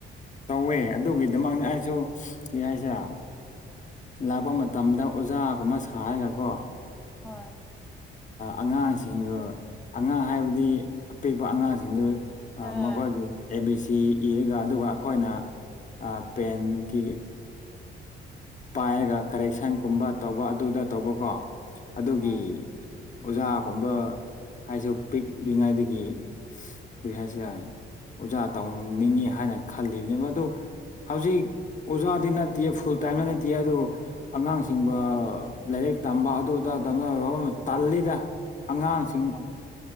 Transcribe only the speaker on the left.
ꯇꯧꯋꯦ ꯑꯗꯨꯒꯤꯗꯃꯛꯅꯤ ꯑꯩꯁꯨ ꯀꯩ ꯍꯥꯏꯁꯤꯔꯥ ꯂꯥꯛꯄ ꯃꯇꯝꯗ ꯑꯣꯖꯥꯒꯨꯝꯕ ꯁꯥꯔꯒꯀꯣ
ꯑꯉꯥꯡꯁꯤꯡꯗꯣ ꯑꯉꯥꯡ ꯍꯥꯏꯕꯗꯤ ꯑꯄꯤꯛꯄ ꯑꯉꯥꯡꯁꯤꯡꯗꯣ ꯑ
ꯃꯒꯋꯥꯒꯤ ꯑꯦꯕꯤ ꯁꯤ ꯁꯤ ꯏꯔꯒ ꯑꯗꯨꯒ ꯑꯩꯈꯣꯏꯅ ꯑꯥ‌ ꯄꯦꯟꯒꯤ ꯄꯥꯏꯔꯒ ꯀꯔꯦꯛꯁꯟꯒꯨꯝꯕ ꯇꯧꯕ ꯑꯗꯨꯗ ꯇꯧꯕꯀꯣ ꯑꯗꯨꯒꯤ
ꯑꯣꯖꯥꯒꯨꯝꯕ ꯍꯥꯏꯁꯨ ꯄꯤꯛꯂꯤꯉꯩꯗꯒꯤ ꯀꯔꯤ ꯍꯥꯏꯁꯤꯔꯥ ꯑꯣꯖꯥ ꯇꯧꯅꯤꯡꯉꯤ ꯍꯥꯏꯅ ꯈꯜꯂꯤꯕꯅꯤ ꯃꯗꯨ ꯍꯧꯖꯤꯛ ꯑꯣꯖꯥꯗꯤ ꯅꯠꯇꯦ ꯐꯨꯜ ꯇꯥꯏꯝ ꯑꯗꯨ ꯑꯉꯥꯡꯁꯤꯡꯕ ꯂꯥꯏꯔꯤꯛ ꯇꯝꯕ ꯑꯗꯨꯗ ꯇꯝ ꯋꯥꯐꯝ ꯇꯜꯂꯤꯗ ꯑꯉꯥꯡꯁꯤꯡ